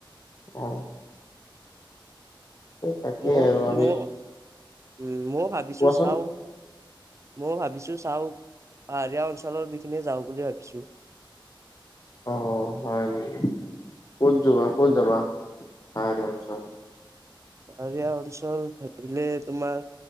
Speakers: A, on the left; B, on the right.
A: অহ। তাকেই
B: মই-মই
A: আৰু আমি
B: উ মই ভাবিছোঁ
A: কোৱাচোন
B: চাওঁ মইয়ো ভাবিছোঁ চাওঁ, পাহাৰীয়া অঞ্চলৰ খিনিয়ে যাওঁ বুলি ভাবিছোঁ।
A: অ', হয় নেকি? ক'ত যোৱা, ক'ত যাবা, পাহাৰীয়া অঞ্চল?
B: পাহাৰীয়া অঞ্চল ভাবিলে তোমাৰ